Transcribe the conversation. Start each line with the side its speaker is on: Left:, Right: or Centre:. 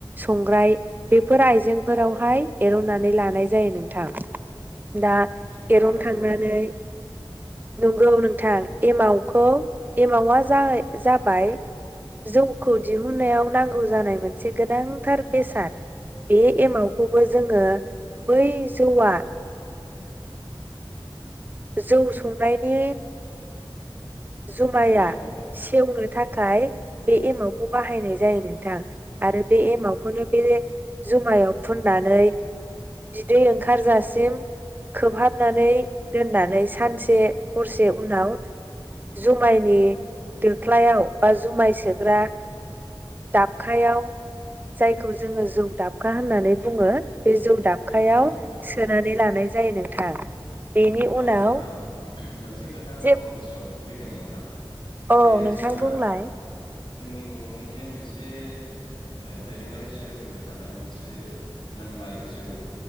Right: संग्राय बेफोर आइजेंफोरावहाय एर'नानै लानाय जायो नोंथां दा
Left: नंगौना
Right: एरनखांनानै
Left: नोंथां
Right: नंगौ नोंथां एमाव खौ एमावा जा-जाबाय जौखौ दिहुनायाव नांगौ जानाय मोनसे गोनांथार बेसाद बे एमावखौबो जोङो बै जौआ जौ संनायनि जुमाया
Left: नंगौ नोंथां
Right: सेवनो थाखाय थाखाय बे एमावखौ बाहायनाय जायो नोंथां आरो बे एमावखौनो बे जुमायाव फुननानै बिदै ओंखारजासिम खोबहाबनानै दोननानै सानसे हरसे उनाव जुमायनि दोख्लायाव बा जुमाय सोग्रा दाबखायाव जायखौ जोङो जौ दाबखा होननानै बुङो बे जौ दाबखायाव
Left: नंगौ नोंथां
Right: सोनानै लानाय जायो नोंथां बेनि
Left: औ
Right: उनाव
Left: नोंथां मोनसे खोथाखौ
Right: जे
Left: आं गोसोआव फैदों नोंथां थां
Right: औ
Left: जे
Right: नोंथां
Left: जोंहा
Right: बुंलाय
Left: जोंनि बर'नि जे मोनसे जे ओ दोरोङारि सोलिबोबाय थानाय मोनसे लोंनाय जौ